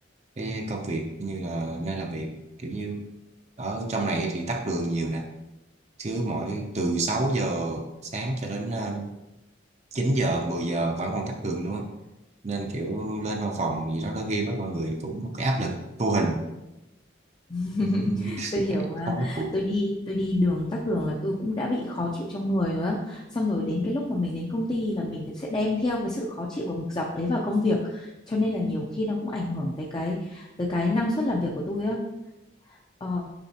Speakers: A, on the right (about 35°); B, on the left (about 25°).
A: cái công việc như là nơi làm việc kiểu như ở trong này thì tắc đường nhiều nè chứ mỗi từ 6 giờ sáng cho đến ờ, 9 giờ 10 giờ vẫn còn tắc đường luôn á nên kiểu lên văn phòng gì đó đôi khi với mọi người cũng có cái áp lực vô hình
B: <laughs>
A: Ừm,
B: tôi hiểu
A: bạn
B: mà
A: không có cuộc
B: tôi đi tôi đi đường tắc đường là tôi cũng đã bị khó chịu trong người rồi á xong rồi đến cái lúc mà mình đến công ty là mình sẽ đem theo cái sự khó chịu và bực dọc đấy vào công việc cho nên là nhiều khi nó cũng ảnh hưởng tới cái tới cái năng suất làm việc của tôi á ờ,